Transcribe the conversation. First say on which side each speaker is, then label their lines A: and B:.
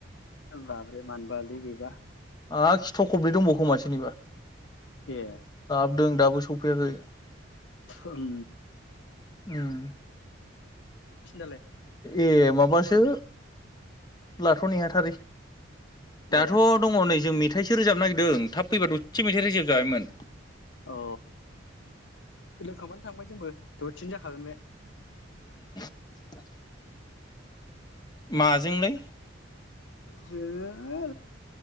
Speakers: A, on the left; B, on the left.
A: बाब्रे मानबालि बिबा
B: ह खिथ' खब्रै दंबावखोमा सोरोनिबा
A: ए
B: सदों दाबो सफैयाखै
A: उम
B: उम
A: दालाय
B: ए माबासो लाथ'नो नेहाथारि
A: ए
B: दाथ' दङ नै जों मेथाइसो रोजाबनो नागिरदों थाब फैबाथ' दसे मेथाइ रोजाबजाबायमोन
A: अ लोंखांबानो थांबाय जोंबो दथसेनो जाखागोन बे।
B: <inaudible> माजोंलै।
A: जोङो